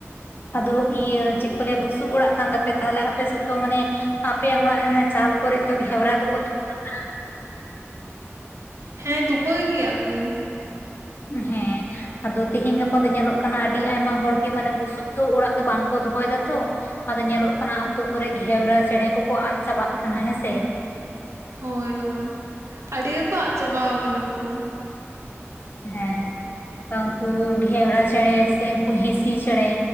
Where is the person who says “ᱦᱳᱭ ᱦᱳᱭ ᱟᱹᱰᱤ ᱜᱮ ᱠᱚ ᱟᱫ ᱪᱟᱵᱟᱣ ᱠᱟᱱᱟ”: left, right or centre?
Right